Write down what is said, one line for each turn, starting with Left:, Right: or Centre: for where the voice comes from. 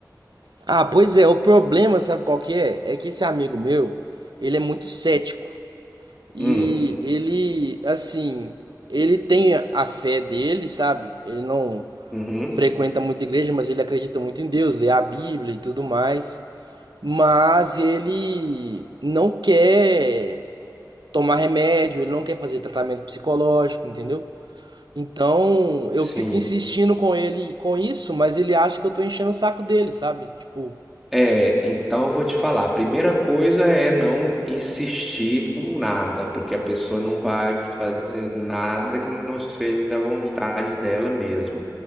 Right: Ah, pois é, o problema, sabe qual que é? É que esse amigo meu, ele é muito cético. E
Centre: Hum,
Right: ele, assim, ele tem a a fé dele, sabe? Ele não
Centre: uhum,
Right: frequenta muita igreja, mas ele acredita muito em Deus, lê a Bíblia e tudo mais, mas ele não quer tomar remédio, ele não quer fazer tratamento psicológico, entendeu? Então,
Centre: sim.
Right: eu fico insistindo com ele com isso, mas ele acha que eu tô enchendo o saco dele, sabe? Tipo,
Centre: É, então eu vou te falar. A primeira coisa é não insistir com nada, porque a pessoa não vai fazer nada que não seja a vontade dela mesma.